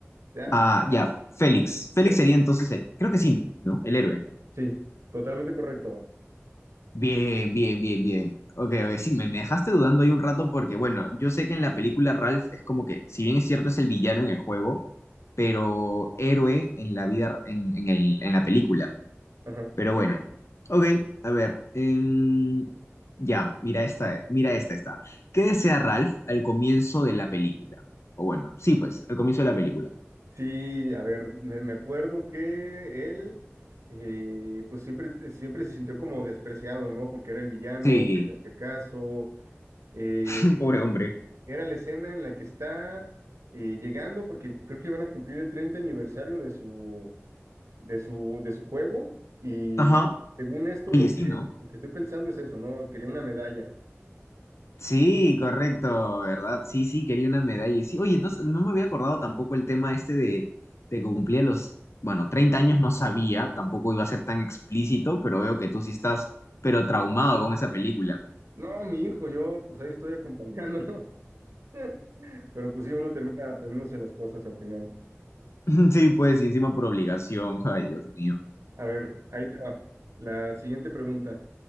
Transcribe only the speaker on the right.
Ya,
<laughs>
sí, totalmente correcto.
Ajá.
Sí, a ver, me, me acuerdo que él, eh, pues siempre, siempre se sintió como despreciado, ¿no? Porque era el villano,
le hace caso, Eh,
era la escena en la que está eh, llegando, porque creo que van a cumplir el 30 aniversario de su, de su, de su juego, y
según esto,
lo
que,
lo que estoy pensando es eso, ¿no? Quería una medalla.
No, mi hijo, yo pues ahí estoy acompañándolo, <laughs> pero pues sí, uno termina aprendiéndose las cosas al final.
A ver, ahí te va. La siguiente pregunta.